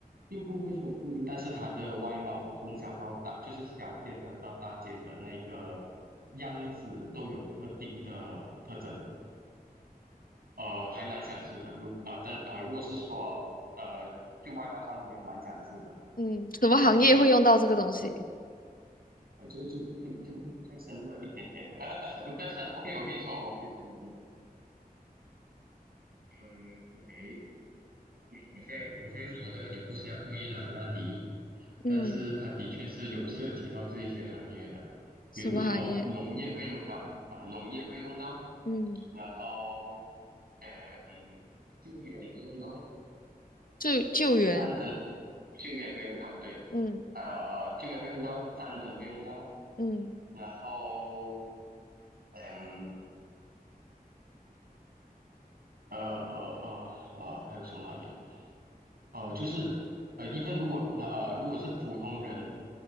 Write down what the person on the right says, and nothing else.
并不会说固定，但是它的外貌从小到大，就是小件的到大件的那个样子都有特定的特征，呃，还蛮相似的。如啊、呃，但啊、呃，如果是说呃，就外貌上也蛮相似的，
但是它有呃呃，这个就这个就太深入了一点点了。<laughs> 但是 OK，我可以说，我可以说，我可以说。呃，OK，我现在我现在说这个也不是要故意扰乱你，但是它的确是有涉及到这一些行业的，
比如说农业会用到啊，
农业会用到，
然后呃嗯，救援会用到，
战争救援会用到，对，
呃救援会用到，战争会用到，
然后嗯呃呃呃呃还有什么行业？呃，就是呃，一份如果那呃，如果是普通人，